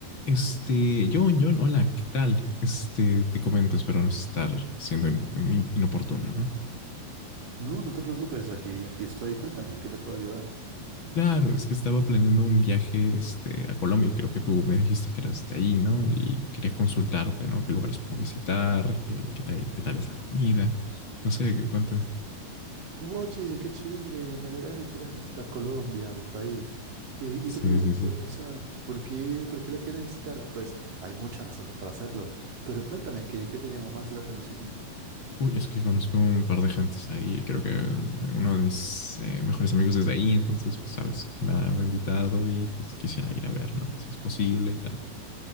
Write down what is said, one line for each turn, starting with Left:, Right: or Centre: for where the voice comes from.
Left: Este, John, John, hola, ¿qué tal? Este, te comento, espero no estar siendo in- in- inoportuno, ¿no?
Right: No, no te preocupes, aquí, aquí estoy. Cuéntame, ¿en qué te puedo ayudar?
Left: Claro, es que estaba planeando un viaje, este, a Colombia y creo que tú me dijiste que eras de ahí, ¿no? Y quería consultarte, ¿no? ¿Qué lugares puedo visitar? ¿Qué, qué tal, qué tal es la comida? No sé, cuéntame.
Right: Oye, qué chévere, me alegra que quieras visitar Colombia, mi país. Y,
Left: Sí,
Right: y te pregunto,
Left: sí, sí.
Right: o sea, ¿por qué, por qué la quieres visitar? Pues hay muchas razones para hacerlo, pero cuéntame, ¿qué, qué te llamó más la atención?
Left: Uy, es que conozco un par de gentes ahí, creo que uno de mis eh, mejores amigos desde ahí, entonces, pues, sabes, me ha, me ha invitado y pues quisiera ir a ver, ¿no? Si es posible y tal.